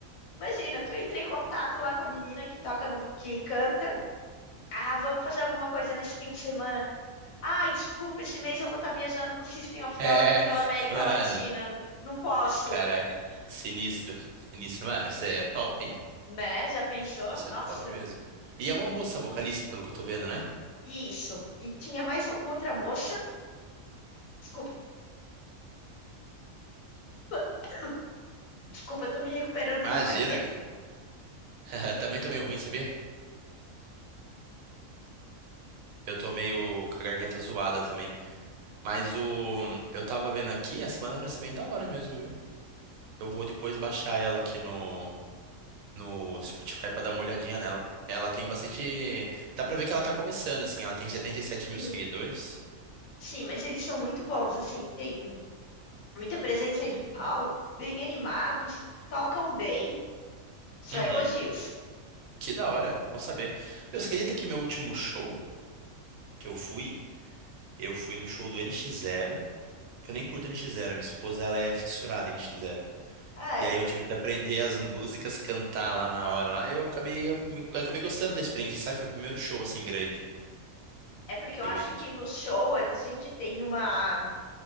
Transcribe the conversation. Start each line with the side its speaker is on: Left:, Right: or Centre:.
Left: imagina, tu entra em contato lá com a menina que toca no, vo- que canta. Ah, vamos fazer alguma coisa nesse fim de semana. Ai, desculpa, esse mês eu vou estar viajando com o System of
Right: É.
Left: Down aqui pela América
Right: Mano.
Left: Latina. Não posso,
Right: Caraca. Sinistro. Sinistro. Mano, isso é top, hein?
Left: né? Já pensou?
Right: Isso
Left: Nossa.
Right: é top mesmo. E é uma moça vocalista, pelo que eu tô vendo, né?
Left: E isso. E tinha mais uma outra moça. Desculpa, <clears throat> <tsk> desculpa, eu tô me recuperando
Right: Imagina.
Left: de uma gripe.
Right: <laughs> Também tô meio ruim, sabia? Eu tô meio com a garganta zoada também. Mas o. Eu tava vendo aqui, essa banda parece bem da hora mesmo, viu? Eu vou depois baixar ela aqui no, no Spotify pra dar uma olhadinha nela. Ela tem bastante. Dá pra ver que ela tá começando, assim. Ela tem 77 mil
Left: Sim,
Right: seguidores.
Left: sim, mas eles são muito bons, assim, tem muita presença de palco, bem animados, tocam bem, só
Right: Uhum.
Left: elogios.
Right: Que da hora. Bom saber. Meu, você acredita que meu último show que eu fui, eu fui no show do N X Zero. Eu nem curto N X Zero. A Minha esposa, ela é fissurada em N X Zero.
Left: Ah, é.
Right: E aí eu tive que aprender as <laughs> músicas, cantar lá na hora. Lá eu acabei, eu me- acabei gostando da experiência, sabe? Foi o primeiro show, assim, grande.
Left: É porque eu
Right: Foi
Left: acho
Right: bem.
Left: que
Right: tipo,
Left: no show a gente tem uma,